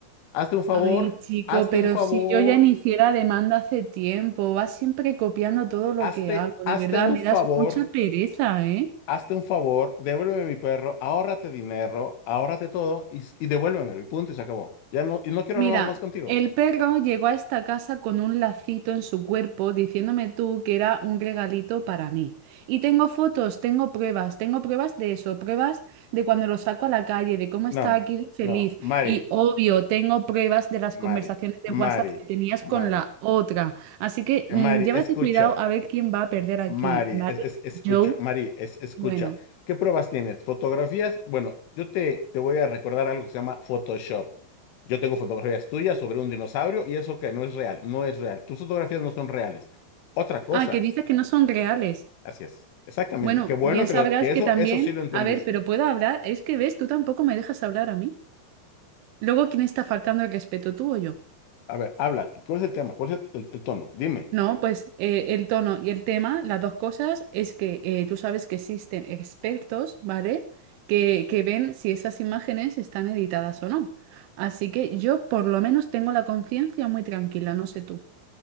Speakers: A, on the left (about 80°); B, on the right (about 80°).
A: Hazte un favor,
B: Ay, chico,
A: hazte
B: pero
A: un favor,
B: si yo ya iniciara demanda hace tiempo, vas siempre copiando todo lo
A: hazte,
B: que hago, de
A: hazte
B: verdad,
A: un
B: me
A: favor,
B: das mucha pereza, ¿eh?
A: hazte un favor, devuélveme mi perro, ahórrate dinero, ahórrate todo y, y devuélvemelo, y punto, y se acabó. Ya no, y no quiero
B: Mira,
A: hablar más, más contigo.
B: el perro llegó a esta casa con un lacito en su cuerpo diciéndome tú que era un regalito para mí. Y tengo fotos, tengo pruebas, tengo pruebas de eso, pruebas de cuando lo saco a la calle, de cómo está
A: No,
B: aquí de feliz.
A: no, Mari,
B: Y obvio, tengo pruebas de las
A: Mari,
B: conversaciones de
A: Mari,
B: WhatsApp que tenías
A: Mari,
B: con la otra. Así que
A: eh,
B: mm,
A: Mari,
B: llévate
A: escucha.
B: cuidado a ver quién va a perder aquí,
A: Mari,
B: ¿vale?
A: es, es- escucha,
B: Joe,
A: Mari, es, escucha.
B: bueno.
A: ¿Qué pruebas tienes? ¿Fotografías? Bueno, yo te, te voy a recordar algo que se llama Photoshop. Yo tengo fotografías tuyas sobre un dinosaurio y eso que no es real, no es real. Tus fotografías no son reales. Otra cosa,
B: Ah, que dices que no son reales.
A: así es, exactamente.
B: Bueno,
A: Qué bueno
B: bien
A: que,
B: sabrás
A: lo- que
B: que
A: eso,
B: también,
A: eso sí lo entendiste.
B: a ver, pero puedo hablar, es que ves, tú tampoco me dejas hablar a mí. Luego, ¿quién está faltando el respeto, tú o yo?
A: A ver, habla, ¿cuál es el tema? ¿Cuál es el, el- el tono? Dime.
B: No, pues eh, el tono y el tema, las dos cosas, es que eh, tú sabes que existen expertos, ¿vale? Que, que ven si esas imágenes están editadas o no. Así que yo por lo menos tengo la conciencia muy tranquila, no sé tú.